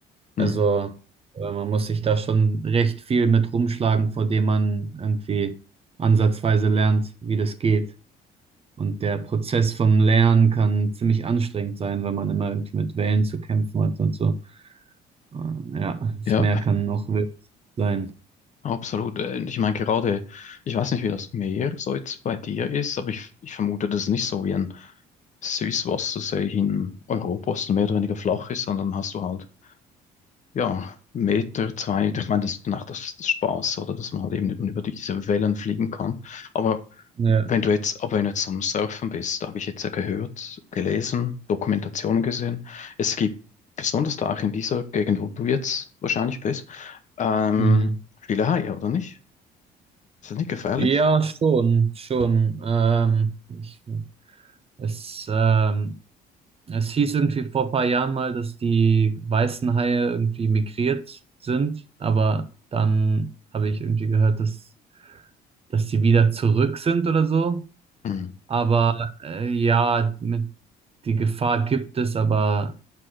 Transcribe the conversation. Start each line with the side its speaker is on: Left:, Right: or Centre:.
Left: Mhm.
Right: Also, äh, man muss sich da schon recht viel mit rumschlagen, vor dem man irgendwie ansatzweise lernt, wie das geht. Und der Prozess vom Lernen kann ziemlich anstrengend sein, weil man immer irgendwie mit Wellen zu kämpfen hat und so. Äh, Ja, das
Left: Ja.
Right: Meer kann auch wild sein.
Left: Absolut. äh, Und ich meine gerade, ich weiß nicht, wie das Meer so jetzt bei dir ist, aber ich, ich vermute, das ist nicht so wie ein Süßwassersee in Europa, was mehr oder weniger flach ist, sondern hast du halt, ja, Meter, zwei, ich meine, das ist danach das, das Spaß, oder, dass man halt eben über diese Wellen fliegen kann. Aber
Right: Ja.
Left: wenn du jetzt, aber wenn du jetzt am Surfen bist, da habe ich jetzt ja gehört, gelesen, Dokumentationen gesehen, es gibt, besonders da auch in dieser Gegend, wo du jetzt wahrscheinlich bist, ähm,
Right: Mhm.
Left: viele Haie, oder nicht? Ist das nicht gefährlich?
Right: Ja, schon, schon. Ähm, ich, es, ähm, es hieß irgendwie vor ein paar Jahren mal, dass die weißen Haie irgendwie migriert sind, aber dann habe ich irgendwie gehört, dass, dass die wieder zurück sind oder so.
Left: Hm.
Right: Aber äh, ja, mit, die Gefahr gibt es, aber,